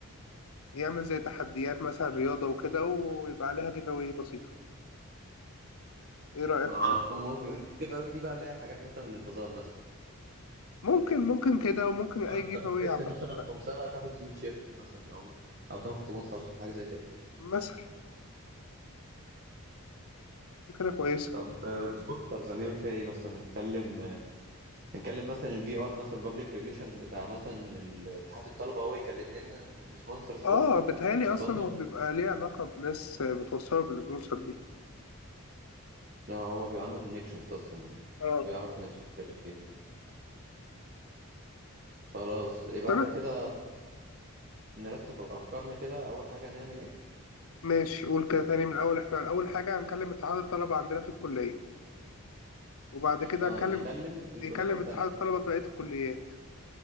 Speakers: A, on the left; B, on the right.
A: يعمل زي تحديات مثلا رياضة وكده ويبقى عليها جيف اواي بسيطة ايه رأيك
B: اه
A: في
B: سو ممكن الجيف أوي دي بقى اللي هي الحاجات مثلا للبازار مثلا
A: ممكن ممكن كده وممكن اي
B: هو انت
A: جيف
B: لو
A: اواي
B: كسبت
A: عامة
B: مثلا
A: بقى
B: في مسابقة تاخد تي شيرت مثلا او او تاخد كومنت خاص حاجة زي كده
A: مثلا فكرة كويسة
B: طب آه، والسبونسرز هنعمل فيها ايه مثلا هنتكلم آه، هنتكلم مثلا البي ار مثلا بابليك ريليشن بتاع مثلا ال- اتحاد الطلبة هو يكلم لنا السبونسرز دول
A: اه بتهيألي
B: يتواصل
A: اصلا هو بيبقى ليه علاقة بناس بتوصله بالسبونسر دي
B: لا هو بيبقى عنده كونكشنز اصلا
A: اه
B: ويعرف ناس وكده اكيد خلاص يبقى
A: بس
B: احنا كده نرتب افكارنا كده اول حاجه هنعمل ايه
A: ماشي قول كده تاني من الأول إحنا أول حاجة هنكلم اتحاد الطلبة عندنا في الكلية وبعد
B: ي-
A: كده
B: اه
A: هنكلم
B: يكلم الكليات
A: يكلم
B: التانية
A: اتحاد الطلبة في بقية الكليات